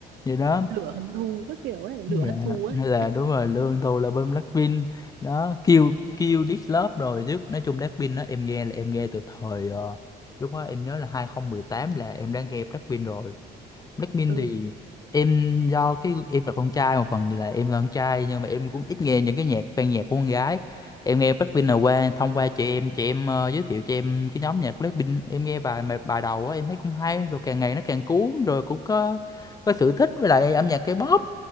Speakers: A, on the left; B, on the right.
A: vậy đó
B: lửa hận thù các kiểu ấy lửa
A: dạ
B: hận thù ấy
A: hay là đúng rồi lương tôi là bên Blackpink đó kêu kêu Love rồi chứ nói chung Blackpink đó em nghe là em nghe từ thời ờ, lúc đó em nhớ là 2018 là em đã nghe Blackpink rồi Blackpink
B: ừ
A: thì em do cái em là con trai một phần thì là em là con trai nhưng mà em cũng ít nghe những cái nhạc ban nhạc của con gái em nghe Blackpink là qua thông qua chị em chị em ờ, giới thiệu cho em cái nhóm nhạc Blackpink em nghe bài bài bài đầu á em thấy cũng hay rồi càng ngày nó càng cuốn rồi cũng có có sự thích với lại âm nhạc K-pop